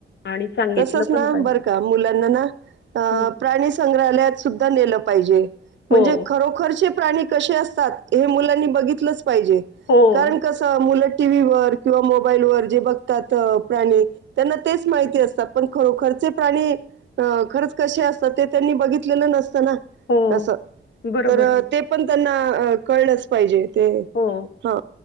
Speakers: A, on the left; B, on the right.
A: आणि सांगितलं
B: तसच ना
A: पण पाहिजे.
B: बरं का मुलांना ना अ
A: हं.
B: प्राणी संग्रहालयात सुद्धा नेलं पाहिजे म्हणजे
A: हो,
B: खरोखरचे प्राणी कसे असतात हे मुलांनी बघितलंच पाहिजे
A: हो,
B: कारण कसं मुलं टीव्हीवर किंवा मोबाईलवर जे बघतात प्राणी त्यांना तेच माहिती असतात पण खरोखरचे प्राणी अ खरंच कसे असतात ते त्यांनी बघितलेलं नसतं ना
A: हो.
B: असं
A: बरोबर.
B: तर ते पण त्यांना कळलंच पाहिजे ते
A: हो,
B: हा